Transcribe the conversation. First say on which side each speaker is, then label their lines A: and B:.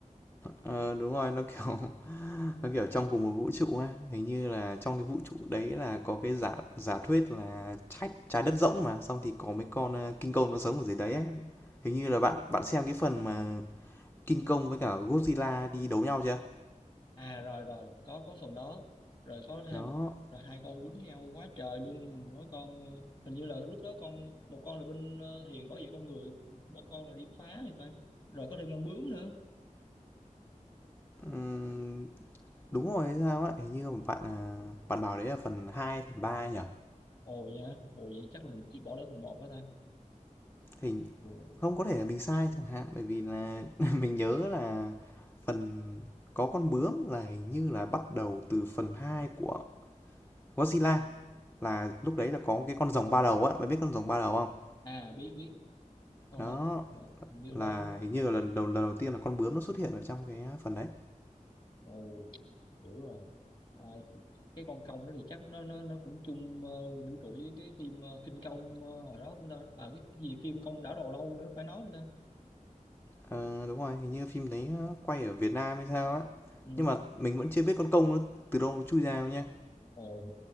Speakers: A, on the left; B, on the left.
A: Ờ, đúng rồi, nó kiểu nó kiểu trong cùng một vũ trụ ấy hình như là trong cái vũ trụ đấy là có cái giả giả thuyết là trái trái đất rỗng mà xong thì có mấy con ờ, kinh công nó sống ở dưới đấy ấy hình như là bạn bạn xem cái phần mà kinh công với cả Godzilla đi đấu nhau chưa
B: à rồi rồi có có phần đó rồi có thêm
A: đó
B: rồi hai con quýnh nhau quá trời luôn mỗi con ờ, hình như là lúc đó con một con là bên ờ, Hiền bảo vệ con người một con là đi phá thì phải rồi có thêm con bướm nữa
A: ừm, đúng rồi hay sao ấy hình như bạn à, bạn bảo đấy là phần hai phần ba nhỉ
B: ồ nha ồ vậy chắc là mình chỉ bỏ lỡ phần một đó ta
A: hình
B: ồ.
A: không có thể là mình sai chẳng hạn bởi vì là <laughs> mình nhớ là phần có con bướm là hình như là bắt đầu từ phần 2 của Godzilla là lúc đấy là có cái con rồng ba đầu á bạn biết con rồng ba đầu không
B: à biết biết con
A: đó
B: đó dạ, hình như
A: là
B: nó nó-
A: hình như là lần đầu lần đầu tiên là con bướm nó xuất hiện ở trong cái phần đấy
B: ồ hiểu rồi à, cái con công đó thì chắc nó nó nó cũng chung ờ, vũ trụ với cái phim ờ, Kinh Công ờ, hồi đó chúng ta à cái gì phim Công đảo đầu lâu nữa phải nói không ta
A: Ờ, đúng rồi hình như phim đấy quay ở Việt Nam hay sao á
B: ừ,
A: nhưng mà mình vẫn chưa biết con công nó từ đâu nó chui ra đâu nha
B: Ồ,